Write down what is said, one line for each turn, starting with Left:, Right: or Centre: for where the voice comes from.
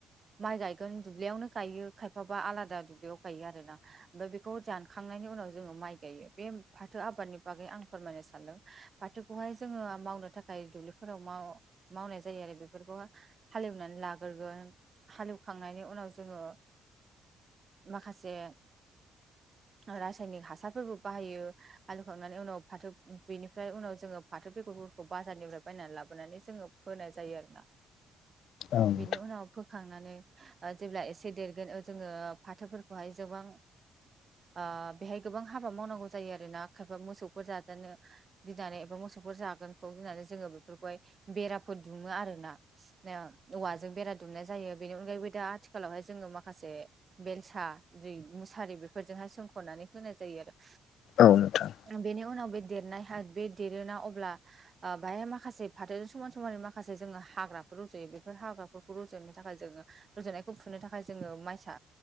Right: माइ गायगोन दुब्लियावनो गायो खायफाबा आलादा दुब्लियाव गायो आरोना ओमफ्राय बेखौ दानखांनायनि उनाव जोङो माइ गायो बे फाथो आबादनि बागै आं फोरमायनो सानदों फाथोखौहाय जोङो मावनो थाखाय दुब्लिफोराव माव मावनाय जायो आरो बेफो रखौ हालेवनानै लाग्रोगोन हालेवखांनायनि उनाव जोङो माखासे रासायनिक हासारफोरबो बाहायो हाएवखांनानै उनाव फाथो बेनिफ्राय उनाव जोङो फाथो बेगरखौ बाजारनिफ्राय बायनानै लाबोनानै जोङो फोनाय जायो आरोना
Left: औ नोंथां
Right: बिनि उनाव फोखांनानै जेब्ला एसे देरगोन जोङो फाथोफोरखौहाय जोबां आ बेहाय गोबां हाबा मावनांगौ जायो आरोना खायफा मोसौफोर जाजानो गिनानै एबा मोसौफोर जागोनखौ गिनानै जोङो बेफोरखौहाय बेराफोर दुुङो आरोना औवाजों बेरा दुमनाय जायो बेनि अनगायैबो दा आथिखालावहाय जोङो माखासे बेलसा जि मुसारि बेफोरजोंहाय सोंखनानै होनाय जायो आरो
Left: औ नोथां
Right: बेनि उनाव बे देरनाय हा बे देरोना अब्ला आ बाहाय माखासे फाथोजों समान समान माखासे जोङो हाग्रा रजयो बेफोर हाग्राफोरखौ रुजनो थाखाय जोङो रजनायखौ फुनो थाखाय जोङो माइसा